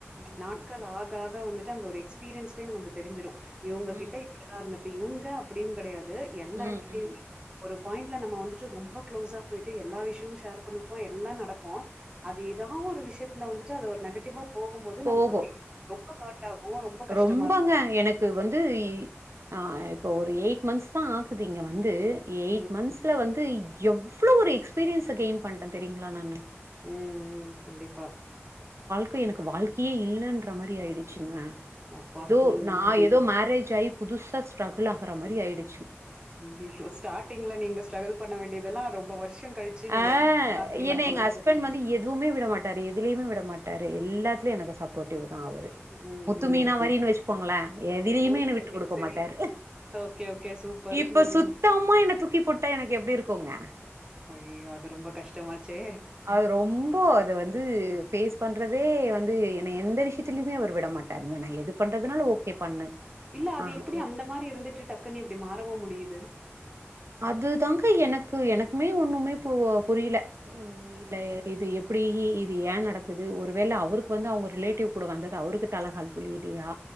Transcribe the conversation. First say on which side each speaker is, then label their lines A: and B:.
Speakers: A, on the right; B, on the right.
A: ம்
B: நாட்கள் ஆக ஆக <unintelligible> வந்துட்டு அந்த ஒரு எக்ஸ்பீரியன்ஸ்லே நமக்கு தெரிசிடு இவுங்ககிட்ட
A: ம்
B: இப்டிதா இருந்திருக்குயு த அப்டின்னு கெடையாது து எல்லாருகிட்டயுமே
A: ம் ம் ம்
B: ஒரு பாயிண்ட்ல நம்ம வந்துட்டு ரொம்ப களோஸா போயிட்டு எல்லா விஷயமு ஷேர் பண்ணப்போ எல்லா நடக்கு அது ஏதாவது ஒரு விஷயத்துல வந்துட்டு அத ஒரு நெகட்டிவா போகும்போது
A: போகு
B: நமக்கு அப்டியே ரொம்ப ஹர்ட் ஆகு ரொம்ப கஷ்டமா
A: ரொம்பங்க
B: இருக்கு.
A: எனக்கு வந்து ஆ இப்போ ஒரு எயிட் மந்த்ஸ் தா ஆகுது இங்க வந்து இ எயிட்
B: ம்.
A: மந்த்ஸ்ல
B: ம்.
A: வந்து எவ்ளோ ஒரு எக்ஸ்பீரியன்ஸ கெயின் பண்ற தெரியுங்களா நானு
B: ம் ம் கண்டிப்பா
A: கை எனக்கு வாழ்க்கியே இல்லன்ற மாரி ஆயிடுச்சுங்க
B: அப்பா!
A: எதோ
B: ம்.
A: நா எதோ மேரேஜ் ஆயி புதுசா ஸ்ட்ரகுல் ஆகுற மாரி ஆயிடு
B: ஐயையோ ஸ்டாட்டிங்ல நீங்க ஸ்ட்ரகல் பண்ண வேண்டியதெல்லா ரொம்ப வருஷங் கழிச்சு
A: ஆ
B: நீங்க பாக்குறீங்க
A: என்ன
B: போல
A: எங்க
B: இருக்கு
A: ஹஸ்பண்ட் வந்து எதுவுமே விட மாட்டாரு எதுலியுமே விட மாட்டாரு எல்லாத்துலயு எனக்கு சப்போட்டிவ்வு தா அவரு
B: ம்.
A: முத்து
B: ம்.
A: மீனா மாரினு வெச்சுக்கோங்களே எதுலியுமே
B: ஓ!
A: என்ன விட்டு குடுக்க
B: சரி.
A: மாட்டாரு
B: ஓகே, ஓகே. சூப்பர்.
A: இப்ப
B: ம்.
A: சுத்தமா என்ன தூக்கி போட் ட்டா எனக்கு எப்டி இருக்குங்க
B: ஐயையோ அது ரொம்ப கஷ்ட மாச்சே
A: அது ரொம்ப அது வந்து பேஸ் பண்றதே வந்து என்னய எந்த விஷ்யத்துலயுமே அவர் விட மாட்டாருங்க நா எது பண்றதுனாலு ஓகே பண்ணு
B: இல்ல அது
A: ஆ
B: எப்டி
A: எ
B: அந்த மாரி இருந்துட்டு டக்குன்னு இப்டி மாறவு முடிது
A: அதுதாங்க எனக்கு எனக்குமே ஒண்ணுமே பு புரில ம் இல்ல இது எப்டி இது ஏ நடக்குது ஒரு வேல அவருக்கு வந்து அவுங்க ரிலேட்டிவ் கூட வந்தது அவருக்கு தல கால் புரிலியா